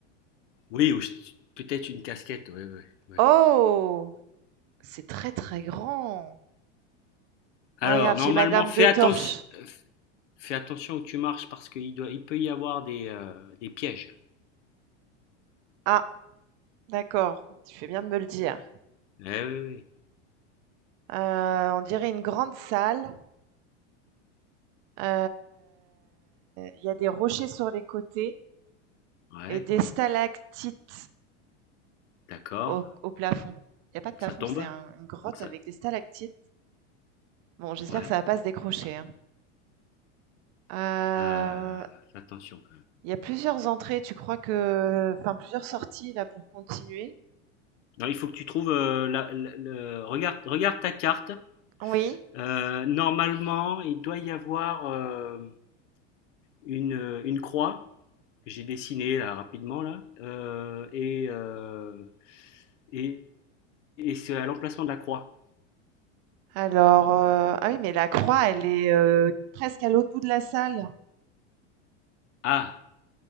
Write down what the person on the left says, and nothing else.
Oui, ou ch- peut-être une casquette. Ouais, ouais, ouais.
Alors,
normalement,
fais
attention, fais attention où tu marches parce qu'il doit, il peut y avoir des, euh, des pièges.
Ouais, ouais,
ouais. Ouais,
d'accord.
Donc
ça tombe.
Donc ça,
ouais.
Euh, fais attention.
Non, il faut que tu trouves. euh, la- la- le- regarde, regarde ta carte.
Euh, normalement, il doit y avoir euh, une, euh, une croix que j'ai dessinée là, rapidement là, Euh, et, euh, et, et c'est à l'emplacement de la croix.
Ah,